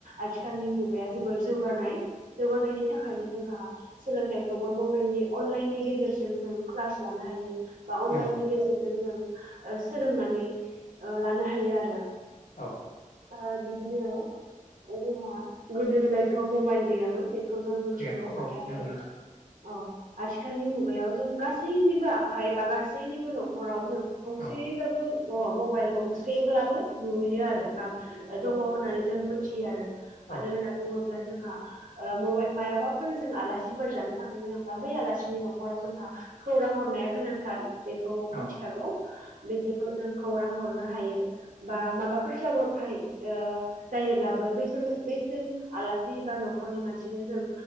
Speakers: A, on the right; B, on the left.
A: आथिखालनि मुगाया जोबोर जौगानाय जौगानायनि थाखायनो जोंहा सोलोंथाइखौबो म बेलनि अनलाइननि गेजेरजों जों क्लास लानो हायो बा अनलाइननि
B: नंगौ
A: गेजेरजों जों ओ सोलोंनानै ओ लानो हायो आरो
B: औ
A: ओ बि दिनो जोंहा गोदो गोदायथ' मबाइल गैयामोन बेखौ जों मोनथिगौ
B: गैया औ
A: नाथाय
B: नंगौ नोंथां
A: औ आथिखालनि मुगायाव जों गासैनिबो आखाइ बा गासैनिबो न'खराव जों गंसेयै
B: औ
A: बाबो मबाइल गंसेब्लाबो नुयो आरो बा दङ होननानै जों मोनथियो आरो।
B: औ
A: मानो होनना बुङोब्ला जोंहा ओ मबाइल मायाबाफोर जों आलासिफोर जानो थांनो गोनांबा बै आलासिनि न'खराव जोंहा खौरां हरनाया गोनांथार। बेखौ
B: औ
A: मिथिखागौ बिसोरखौ जों खौरां हरनो हायो बा माबाफोर जाब्रबथाय ओ जायोब्लाबो <unintelligible> आसि बा न'खरनि मानसिनो जों